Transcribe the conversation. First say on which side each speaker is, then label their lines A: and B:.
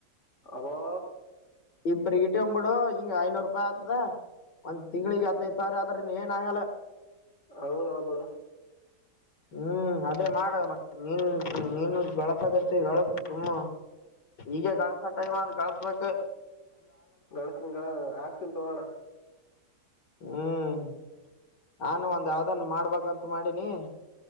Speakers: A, on the left; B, on the left.
A: ಅಬಾ
B: ಇಬ್ಬ್ರೀಗಿಟ್ಗೊಂಬ್ಬಿಡು ಹಿಂಗ್ ಐನೂರು ರೂಪಾಯಿ ಆತದ ಒಂದ್ ತಿ್ಳಿಗೆ ಹದ್ನೈದ್ ಸಾವಿರ ಆದ್ರ ಏನ್ ಆಗಲ್ಲ
A: ಹೌದನ ಬಿಡ
B: ಹ್ಮ್ ಅದೇ ಮಾಡ ಮ ನೀನ್ ನೀನು ಗಳಸಕತ್ತೀ ಗಳಸು ಸುಮ್ಮ ಈಗ ಗಳಸ ಟೈಮ್ ಆದ ಗಳಸ್ಬೇಕ್
A: ಗಳಸ್ನ್ಗಳ ಆಗ್ತೀನ್ ತುಗೋಣ
B: ಹ್ಮ್ ನಾನು ಒಂದ್ ಯಾವ್ದನ್ ಮಾಡ್ಬೇಕಂತ ಮಾಡಿನಿ.